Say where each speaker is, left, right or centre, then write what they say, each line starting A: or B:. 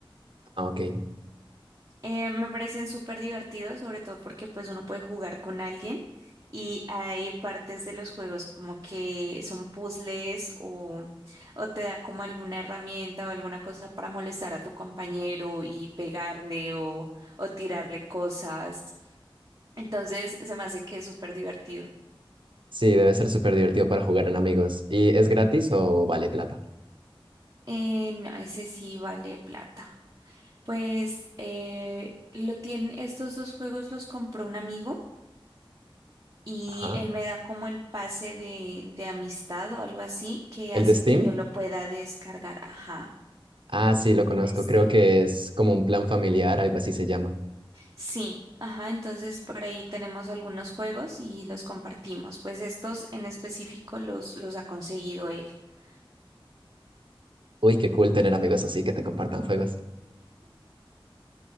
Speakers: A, on the right (about 60°); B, on the right (about 35°).
A: Ah, ok.
B: Eh, me parecen súper divertidos, sobre todo porque pues uno puede jugar con alguien y hay partes de los juegos como que son puzzles o, o te da como alguna herramienta o alguna cosa para molestar a tu compañero y pegarle o, o tirarle cosas. Entonces se me hace que es súper divertido.
A: Sí, debe ser súper divertido para jugar en amigos. ¿Y es gratis o vale plata?
B: Eh, no, ese sí vale plata. Pues eh, lo tienen, estos dos juegos los compró un amigo. y
A: Ajá.
B: él me da como el pase de, de amistad o algo así que
A: ¿El
B: hace
A: de Steam?
B: que yo lo pueda descargar, ajá,
A: Ah, sí, lo conozco.
B: en Steam.
A: Creo que es como un plan familiar, algo así se llama.
B: Sí, ajá, entonces por ahí tenemos algunos juegos y los compartimos. Pues estos en específico los, los ha conseguido él. <laughs>
A: Uy, qué cool tener amigos así que te compartan juegos.